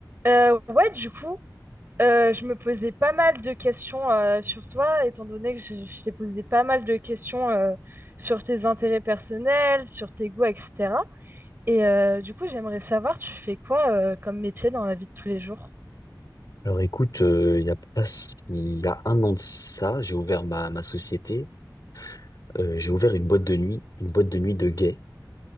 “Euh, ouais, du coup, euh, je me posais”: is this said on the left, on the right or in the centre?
Right